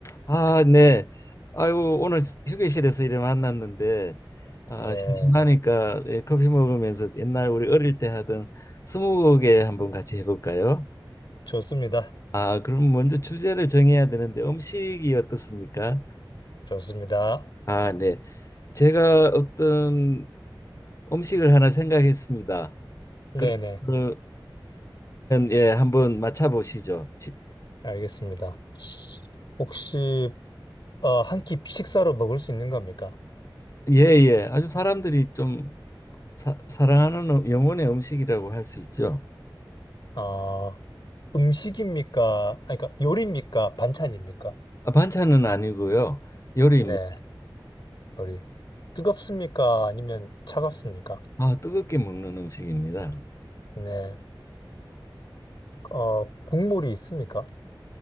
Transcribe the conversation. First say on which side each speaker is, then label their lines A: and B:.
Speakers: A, on the left; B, on the left.
A: 아, 네. 아이고, 오늘 휴게실에서 이래 만났는데, 아,
B: 네,
A: 심심하니까 예, 커피 먹으면서 옛날 우리 어릴 때 하던 스무고개 한번 같이 해볼까요?
B: 좋습니다.
A: 아, 그럼 먼저 주제를 정해야 되는데 음식이 어떻습니까?
B: 좋습니다.
A: 아, 네. 제가 어떤 음식을 하나 생각했습니다.
B: 네네,
A: 그러면 예, 한번 맞춰보시죠. 시-
B: 알겠습니다. 혹시 어, 한 끼 식사로 먹을 수 있는 겁니까?
A: 예, 예. 아주 사람들이 좀 사, 사랑하는 음- 영혼의 음식이라고 할 수 있죠.
B: 어, 음식입니까? 아니, 그러니까 요리입니까? 반찬입니까?
A: 아, 반찬은 아니고요. 요리입니다.
B: 네, 요리. 뜨겁습니까? 아니면 차갑습니까?
A: 아, 뜨겁게 먹는 음식입니다.
B: 네, 어, 국물이 있습니까?